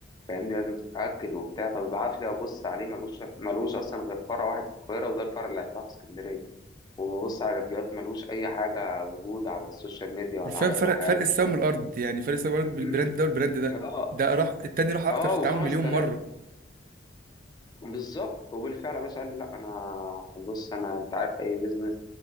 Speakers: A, on the left; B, on the right.
A: فاهمني لازم تتأكد وبتاع فببعت لي أبص عليه ملوش ملوش أصلا غير فرع واحد في القاهرة وده الفرع اللي هيفتحه في اسكندرية وببص على الريفيوهات ملوش أي حاجة وجود على السوشيال ميديا ولا
B: حرفيا
A: على
B: فرق
A: أي حاجة
B: فرق السما
A: فاهم
B: والارض يعني فرق السما والارض
A: <clears throat>
B: بالبراند ده والبراند ده
A: اه
B: ده راح التاني راح اكتر
A: اه
B: في التعامل
A: وخمس
B: مليون
A: تلاف
B: مره
A: بالظبط وبالفعل يا باشا قال لي لا أنا بص أنا أنت عارف أي بيزنس